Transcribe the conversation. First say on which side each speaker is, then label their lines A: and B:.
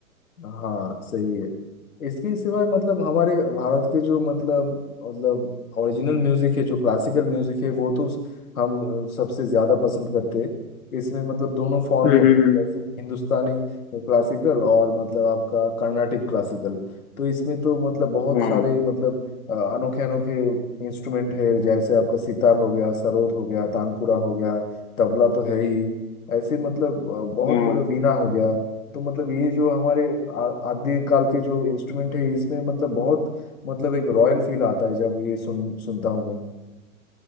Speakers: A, on the left; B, on the left.
A: हाँ सही है इसके सिवाय मतलब हमारे भारत के जो मतलब मतलब ओरिजिनल म्यूजिक है जो क्लासिकल म्यूजिक है वो तो स- हम अ, सबसे ज्यादा पसंद करते हैं इसमें मतलब दोनों फॉर्म
B: हम्म
A: होते
B: हम्म
A: हैं जैसे हिंदुस्तानी क्लासिकल और मतलब आपका कर्नाटिक क्लासिकल तो इसमें तो मतलब बहुत
B: हम्म, हाँ
A: सारे मतलब अ, अनोखे अनोखे इंस्ट्रूमेंट है जैसे आपका सितार हो गया सरोद हो गया तानपुरा हो गया तबला तो है ही ऐसे मतलब अ, बहुत
B: हाँ
A: बड़ा वीणा हो गया तो मतलब ये जो हमारे आ- आदि काल के जो इंस्ट्रूमेंट है इसमें मतलब बहुत मतलब एक रॉयल फील आता है जब ये सुन सुनता हूँ मैं